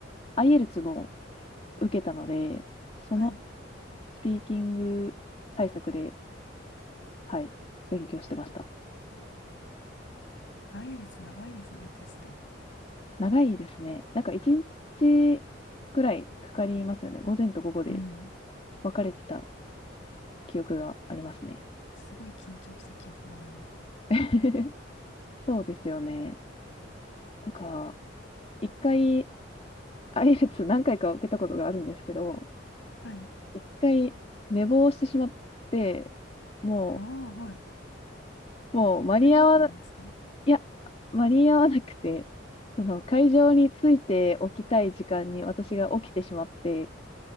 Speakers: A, on the left; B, on the left.
A: IELTS も受けたので、その
B: はい。
A: スピーキング対策で、はい、勉強してました。
B: アイエルツ長いですよね、テスト。
A: 長いですね。なんか一日ぐらいかかりますよね。午前と午後で
B: うん。
A: 分かれてた記憶がありますね。
B: すごい緊張した記憶があります。
A: <laughs> そうですよね。なんか、一回、IELTS 何回か受けたことがあるんですけど、
B: はい
A: 一回寝坊してしまって、も
B: ああ、はい。
A: う、もう間に合わな、
B: 入れたんですか
A: いや、間に合わなくて、その会場に着いておきたい時間に私が起きてしまって、